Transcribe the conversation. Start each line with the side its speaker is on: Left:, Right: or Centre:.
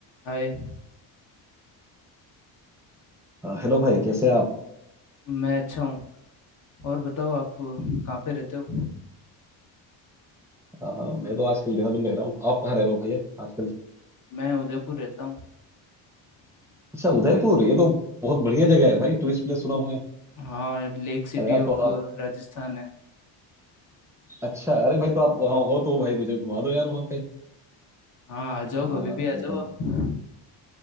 Left: हाय
Centre: हाँ, हेलो भाई कैसे हैं आप
Left: मैं अच्छा हूँ और बताओ आप कहाँ पे रहते हो
Centre: आ, मैं तो आजकल देहरादून रह रहा हूँ आप कहाँ रह रहे हो भैया आजकल
Left: मैं उदयपुर रहता हूँ
Centre: अच्छा उदयपुर ये तो बहुत बढ़िया जगह है भाई टूरिस्ट प्लेस सुना हूँ मैं
Left: हाँ लेक सिटी
Centre: अरे यार
Left: ऑफ
Centre: तो आप
Left: राजस्थान है
Centre: अच्छा अरे भाई तो आप वहाँ हो तो भाई मुझे घुमा दो यार वहाँ पे
Left: हाँ आ जाओ
Centre: आ,
Left: कभी भी आ
Centre: मतलब
Left: जाओ आप